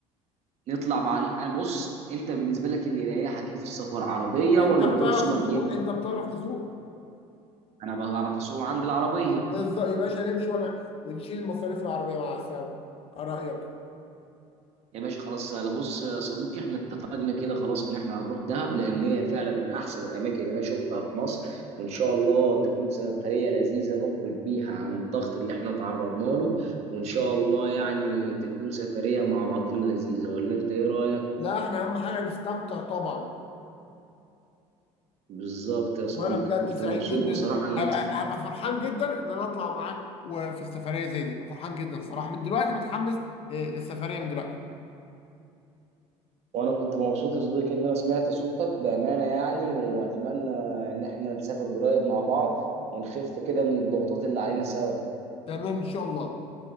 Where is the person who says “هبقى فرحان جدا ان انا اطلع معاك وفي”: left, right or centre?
Left